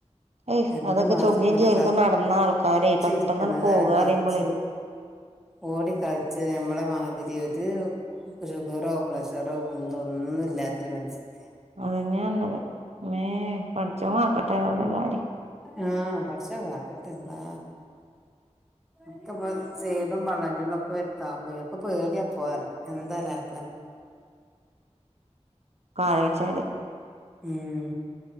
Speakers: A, on the right (about 65°); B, in the centre.
A: എഹ്
B: രണ്ട്
A: അതൊക്കെ
B: മാസം
A: ചൊഗ്ഗ്നും
B: കൊണ്ട്
A: ചേൽക്കും നടന്നാൾക്കാരെ
B: കളിച്ചിരിക്കണതാണ്
A: പെട്ടെന്നാണ്ട് പോകറിമ്പളേ
B: കളിച്ചു ഓടി കളിച്ച് ഞ്ഞമ്മളമാതിരി ഒരു ഓക്ക് ഷുഗറോ പ്ലെഷറോ കുന്തോ ഒന്നുല്ലാത്തൊരു മെൻസത്തിയാ
A: അതന്നെയാ പറ്ഞ്ഞത് ഇമ്മേ പട്ച്ചോം കാക്കട്ടെതാലും എല്ലാരിം
B: ആഹ പടച്ചോം കാക്കട്ടെ അള്ളാ ഇക്ക്പ്പം സെയ്ടും പള്ളന്റുള്ളൊക്കെ വെര്ത്താവുമ്പയേ ഒക്കെ പേടിയാപ്പോറിയാ എന്താലെ ആർ
A: ഉം ഒക്കാലോയ്ച്ചാല്
B: ഇമ്